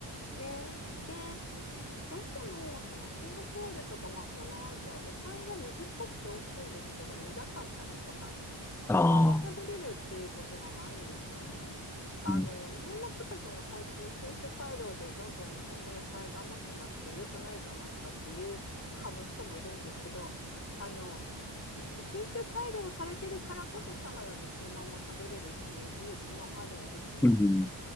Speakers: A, on the left; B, in the centre.
A: ね。で、しどうしてもそのシンガポールとか、まあ、東南アジア、野菜は水っぽくて大きいんですけど、苦かったりとか、そのまんま食べれるっていうことはないんですよね。
B: ああ、
A: あの、
B: うん。
A: 日本の人たちも最近品種改良でどんどん日本の野菜が甘くなって良くないじゃないかっていう派の人もいるんですけど、あの、品種改良されてるからこそサラダでそのまんま食べれるっていう事実もあるんですよ。
B: うん